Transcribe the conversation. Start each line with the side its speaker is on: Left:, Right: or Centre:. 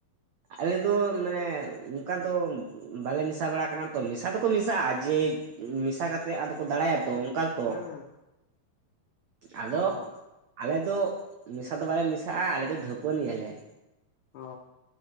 Right: ᱟᱞᱮ ᱫᱚ ᱢᱟᱱᱮ ᱚᱱᱠᱟ ᱫᱚ ᱵᱟᱞᱮ ᱢᱮᱥᱟ ᱵᱟᱲᱟ ᱠᱟᱱᱟ ᱛᱚ ᱢᱮᱥᱟ ᱫᱚᱠᱚ ᱢᱮᱥᱟᱜᱼᱟ ᱡᱮ ᱢᱮᱥᱟ ᱠᱟᱛᱮᱫ ᱟᱫᱚ ᱠᱚ ᱫᱟᱬᱟᱭᱟ ᱛᱚ ᱾ ᱛᱚ
Left: ᱦᱮᱸ ᱦᱮᱸ
Right: ᱟᱫᱚ
Left: ᱚ
Right: ᱟᱞᱮ ᱫᱚ ᱢᱮᱥᱟ ᱫᱚ ᱵᱟᱞᱮ ᱢᱮᱥᱟ ᱟ ᱟᱞᱮ ᱫᱚ ᱫᱷᱟᱹᱯᱟᱹᱱᱤ ᱟᱞᱮ ᱾
Left: ᱚ